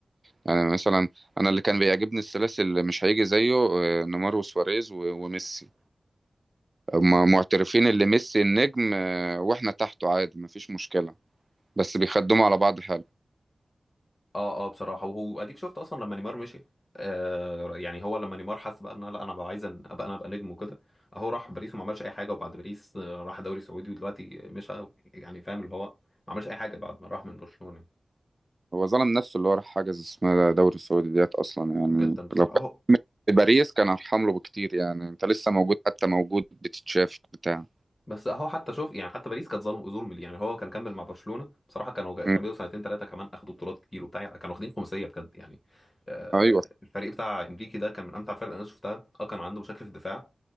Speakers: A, on the right; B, on the left.
A: يعني مثلا انا اللي كان بيعجبني الثلاثي اللي مش هيجي زيه آه، نيمار وسواريز و- وميسي هما معترفين اللي ميسي النجم آه، واحنا تحته عادي مفيش مشكله بس بيخدموا على بعض حلو
B: اه اه بصراحة وهو اديك شفت اصلا لما نيمار مشي آه يعني هو لما نيمار حس بقى ان لا انا بقى عايز أن- ابقى انا ابقى نجم وكده اهو راح باريس وما عملش اي حاجة وبعد باريس آه، راح دوري سعودي ودلوقتي مشى يعني فاهم اللي هو ما عملش اي حاجة بعد ما راح من برشلونة يعني.
A: هو ظلم نفسه اللي هو راح حجز اسمها دوري السعودي ديت اصلا يعني
B: جدا بصراحة
A: لو كان
B: اهو
A: كمل في باريس كان ارحم له بكتير يعني انت لسه موجود حتى موجود بتتشاف بتاع
B: بس اهو حتى شوف يعني حتى باريس كانت ظلم ظلم ليه يعني هو كان كمل مع برشلونه بصراحه كانوا
A: مم.
B: كملوا سنتين ثلاثه كمان اخدوا بطولات كتير وبتاع يعني كانوا واخدين خماسيه بجد يعني آه،
A: ايوه
B: الفريق بتاع انريكي ده كان من امتع الفرق اللي انا شفتها اه كان عنده مشاكل في الدفاع